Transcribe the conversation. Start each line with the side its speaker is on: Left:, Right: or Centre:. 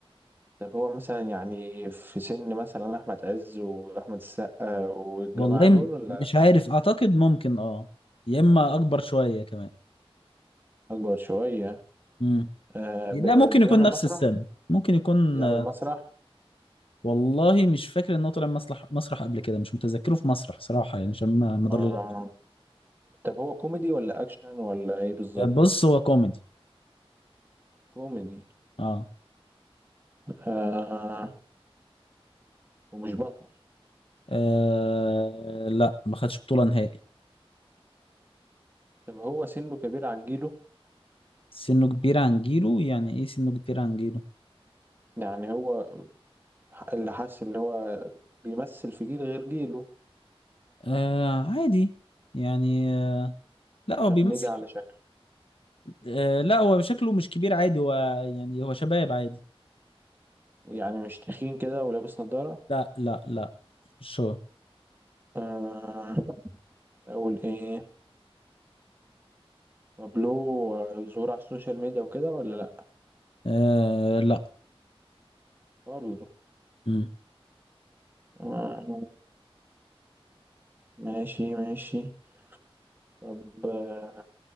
Right: طب هو مثلا يعني في سن مثلا أحمد عز وأحمد السقا والجماعة
Left: والله والله
Right: دول
Left: م-
Right: ولا
Left: مش عارف اعتقد ممكن اه يا اما اكبر شوية كمان
Right: أكبر شوية
Left: امم
Right: آه
Left: لا
Right: بي-
Left: ممكن
Right: بيعمل
Left: يكون نفس
Right: مسرح
Left: السن ممكن يكون
Right: بيعمل
Left: آه،
Right: مسرح
Left: والله مش فاكر ان هو طلع مسرح مسرح قبل كده مش متذكره في مسرح صراحة يعني عشان ما ما أضل-
Right: اه طب هو كوميدي ولا اكشن ولا ايه بالظبط
Left: بص هو كوميدي
Right: كوميدي
Left: اه,
Right: آه ومش بطل
Left: آه لا ما خدش بطولة نهائي
Right: طب هو سنه كبير عن جيله
Left: سنه كبير عن جيله يعني ايه سنه كبير عن جيله
Right: يعني هو اللي حاسس اللي هو بيمثل في جيل غير جيله
Left: آه عادي يعني آه لا هو
Right: طب
Left: بيمثل
Right: نيجي على شكله
Left: آه لا هو شكله مش كبير عادي هو يعني هو شباب عادي
Right: يعني مش تخين كده ولابس نضارة
Left: لا لا لا شو
Right: آه اقول ايه طب له ظهور على السوشيال ميديا وكده ولا لا
Left: آه لا
Right: برضه
Left: مم.
Right: آه ماشي ماشي طب آه،